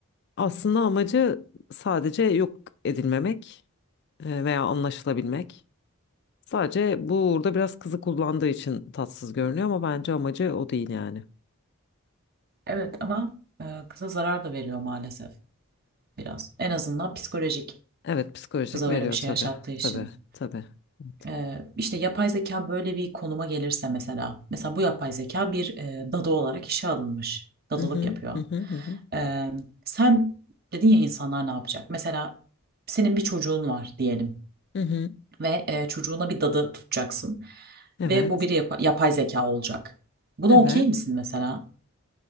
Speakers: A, on the left (about 50°); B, on the right (about 45°).
A: aslında amacı sadece yok edilmemek e, veya anlaşılabilmek. Sadece bu burada biraz kızı kullandığı için tatsız görünüyor ama bence amacı o değil yani.
B: Evet ama e, kıza zarar da veriyor maalesef biraz. En azından psikolojik
A: Evet psikolojik
B: kıza
A: veriyor
B: öyle bir şey
A: tabii.
B: yaşattığı için.
A: Tabii tabii. Evet.
B: E, işte yapay zeka böyle bir konuma gelirse mesela. Mesela bu yapay zeka bir e, dadı olarak işe alınmış. Dadılık
A: Hı hı
B: yapıyor.
A: hı hı hı hı.
B: E, sen dedin ya insanlar ne yapacak? Mesela senin bir çocuğun var diyelim
A: Hı hı.
B: ve e, çocuğuna bir dadı tutacaksın.
A: Evet.
B: Ve bu bir yapa- yapay zeka olacak. Buna
A: Evet.
B: okey misin mesela?